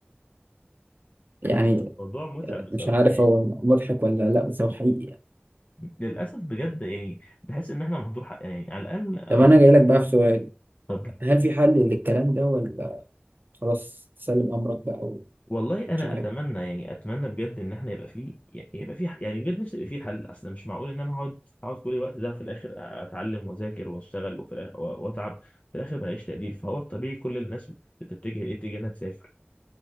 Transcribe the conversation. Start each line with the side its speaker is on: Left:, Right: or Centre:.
Right: <laughs> يعني
Left: <laughs> موضوع متعب بصراحه
Right: مش عارف
Left: يعني.
Right: هو مضحك ولا لا بس هو حقيقي
Left: للاسف بجد يعني بحس ان احنا مهدور حقنا يعني على الاقل
Right: طب
Left: رد
Right: انا جاي لك بقى في سؤال
Left: اتفضل
Right: هل في حل للكلام ده ولا خلاص سلم امرك بقى ومش
Left: والله انا
Right: عارف
Left: اتمنى يعني اتمنى بجد ان احنا يبقى فيه يعني يبقى فيه يعني بجد نفسي يبقى فيه حل اصل مش معقول ان انا اقعد اقعد كل الوقت ده في الاخر اتعلم واذاكر واشتغل وفي الاخر واتعب في الاخر ما الاقيش تقدير فهو الطبيعي كل الناس بتتجه لايه تتجه انها تسافر